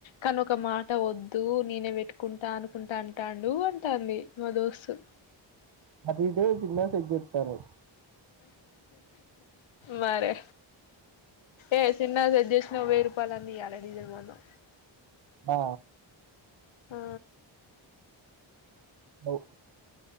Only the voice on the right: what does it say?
అది <unintelligible> సిగ్నల్ చెక్ చేస్తారు.
ఆ
ఔ